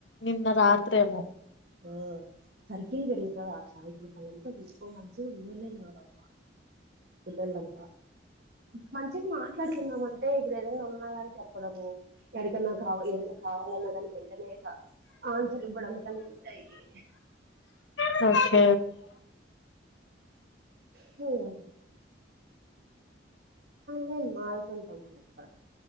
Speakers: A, on the left; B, on the right.
A: నిన్న రాత్రేమో
B: ఆ సర్కిల్ పెరుగుతుదా చ ఎపుడు వలంత వ మంచిగా ఉళలేని వరవ్వ పిల్లలంతా మంచిగా మాట్లాడుకుందా అంటే ఇప్పుడు ఏదైనా ఉన్నాదని చెప్పడము ఎడికన్నా కావాల ఏదైనా కావాలన్నా కాని వెంటనే ఆన్సర్ ఇవ్వడం కాని ఉంటాయి అ
A: ఫస్ట్
B: హమ్ న మాల్సంట ఉంటప్ప